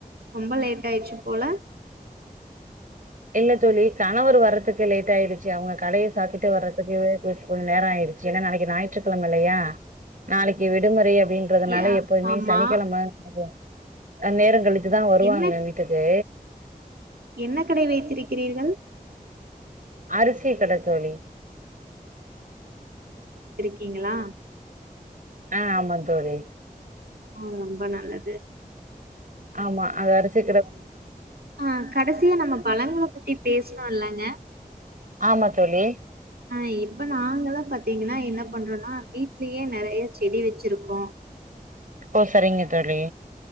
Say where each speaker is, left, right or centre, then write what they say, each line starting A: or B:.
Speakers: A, on the right (about 90°); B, on the right (about 60°).
A: ரொம்ப லேட் ஆயிருச்சு போல
B: இல்ல தோழி கணவர் வரத்துக் கு லேட் ஆயிடுச்சு அவங்க கடைய சாத்திட்டு வர்றதுக்கு கொஞ்சோ நேரோ ஆயிடுச்சு ஏனா நாளைக்கு ஞாயிற்றுக்கெழம இல்லயா நாளைக்கு விடுமுறைய அப்டின்றதுனால
A: ஏ
B: எப்போதுமே
A: ஆமா
B: சனிக்கெழம <unintelligible> அ நேரங் கழுச் ச்சுதா வருவாங்க
A: என்ன
B: வீட்டுக்கு
A: என்ன கடை வைத்திருக்கிறீர்கள்
B: அருஸ் அரிசி கடை தோழி
A: இருக்கீங்களா
B: ஆஹ் ஆமா தோழி
A: ஹ ரொம்ப நல்லது
B: ஆமா அத அரிசி சீக்கிரம்
A: ஆஹ் கடைசியா நம்ம பழங்களை பத்தி பேசணும் இல்லங்க
B: ஆமா தோழி
A: ஆஹ் இப்ப நாங்க எல்லாம் பாத்தீங்கன்னா என்ன பண்றோம்னா வீட்லயே நிறைய செடி வச்சிருக்கோம்
B: ஓ சரிங்க தோழி